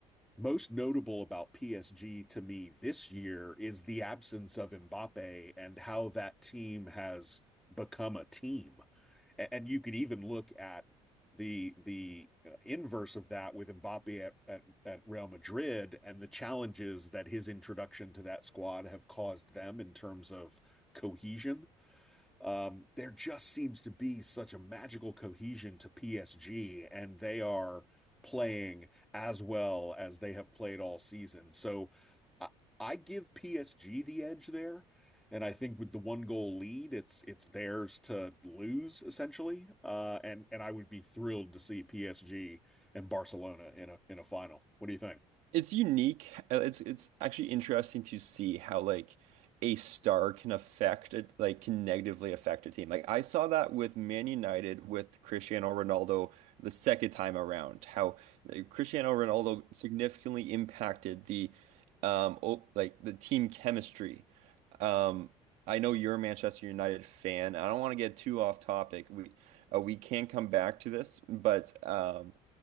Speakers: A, in the centre; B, on the right (about 75°).
A: most notable about PSG to me this year is the absence of Mbappé and how that team has become a team. And, you could even look at the the uh, inverse of that with Mbappe at, at at Real Madrid and the challenges that his introduction to that squad have caused them in terms of cohesion um, there just seems to be such a magical cohesion to PSG, and they are playing as well as they have played all season. So I, I give PSG the edge there. And I think with the one goal lead, it's it's theirs to lose essentially. Uh, and and I would be thrilled to see PSG and Barcelona in a in a final. What do you think?
B: It's unique. Uh, It's it's actually interesting to see how like a star can affect it, like can negatively affect a team. Like I saw that with Man United with Cristiano Ronaldo the second time around, how uh, Cristiano Ronaldo significantly impacted the um o like the team chemistry. Um I know you're a Manchester United fan. I don't want to get too off topic. We uh, we can come back to this, but um